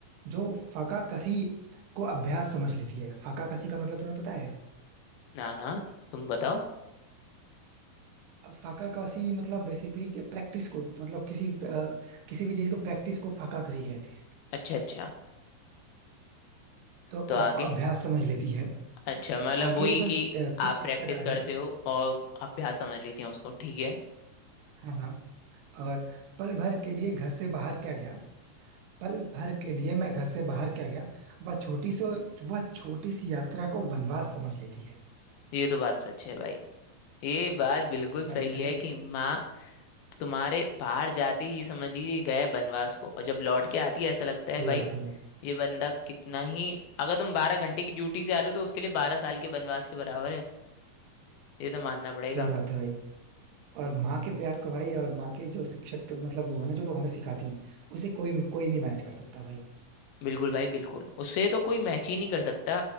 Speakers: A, on the right; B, on the left.
A: जो फाका कसी को अभ्यास समझ लेती है फाका कसी का मतलब तुम्हें पता है
B: ना ना तुम बताओ
A: फाका कसी मतलब बेसिकली प्रैक्टिस को मतलब किसी अ, किसी भी चीज को प्रैक्टिस को फाका कसी कहते हैं
B: अच्छा अच्छा
A: तो
B: तो आगे
A: उसको अभ्यास समझ लेती है
B: अच्छा मतलब
A: आगे
B: वही
A: बस
B: कि
A: अ,
B: आप
A: कुछ
B: प्रैक्टिस
A: इस प्रकार
B: करते
A: है
B: हो और अभ्यास समझ लेती हैं उसको ठीक है
A: हाँ हाँ और पल भर के लिए घर से बाहर क्या गया पल भर के लिए मैं घर से बाहर क्या गया वह छोटी सो वह छोटी सी यात्रा को वनवास समझ लेती है
B: ये तो बात सच है भाई ये बात बिल्कुल
A: भाई
B: सही
A: अगर
B: है कि
A: तुम
B: माँ तुम्हारे बाहर जाती ही ये समझ लीजिए गए बनवास को और जब लौट के आती है ऐसा लगता है
A: सही
B: भाई
A: बात है भाई
B: ये बंदा कितना ही अगर तुम बारह घंटे की ड्यूटी से आ रहे हो तो उसके लिए बारह साल के बनवास के बराबर है ये तो मानना पड़ेगा
A: सही बात है भाई और माँ के प्यार को भाई और माँ के जो शिक्षक मतलब वो है ना जो हमें सिखाती हैं उसे कोई कोई नहीं मैच कर सकता भाई
B: बिल्कुल भाई बिल्कुल उससे तो कोई मैच ही नहीं कर सकता